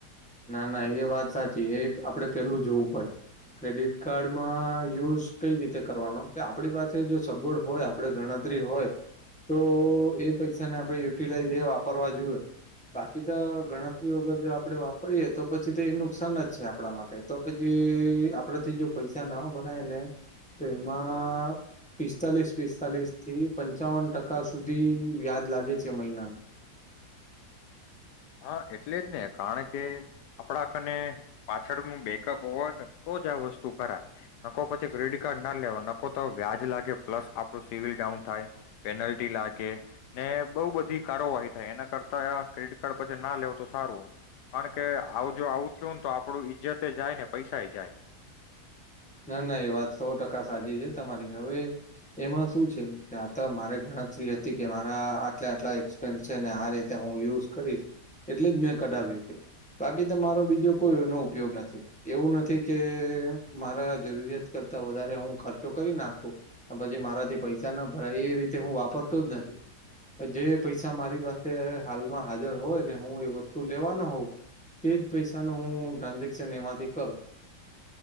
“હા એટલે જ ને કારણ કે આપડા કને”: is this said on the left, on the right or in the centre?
Left